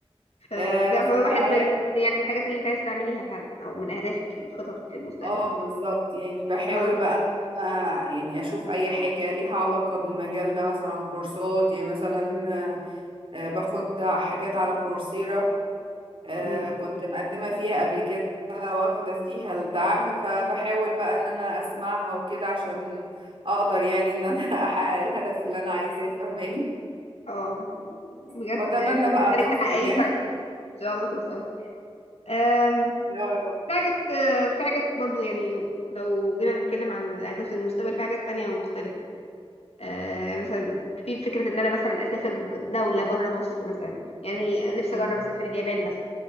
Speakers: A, on the left; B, on the right.
A: فده
B: آه بس
A: يعتبر واحد
B: بقى
A: من
B: يعني
A: يعني الحاجات اللي انت عايز تعمليها فعلا او من اهدافك يعني خططك للمستقبل
B: اه بالظبط يعني بحاول
A: اه
B: بقى إن أنا يعني أشوف أي حاجة ليها علاقة بالمجال ده مثلا كورسات يعني مثلا آه، باخد حاجات على كورسيرا آه،
A: أمم.
B: كنت مقدمة فيها قبل كده واخدة فيها الدعم فبحاول بقى ان انا اسمعها وكده عشان اقدر يعني ان انا <laughs> احقق الهدف اللي انا عايزاه فاهماني
A: اه أمم. بجد
B: واتمنى
A: يعني بتمنى
B: بقى
A: لك
B: نوصل
A: تحققيه
B: يعني
A: فعلا ان شاء الله توصل آم،
B: يا رب
A: في حاجات آه، في حاجات برضو يعني لو جينا نتكلم عن الاهداف للمستقبل في حاجات تانية مختلفة آه، يعني مثلا في فكرة ان انا مثلا اسافر دولة بره مصر مثلا يعني نفسي
B: مم.
A: اجرب اسافر اليابان مثلا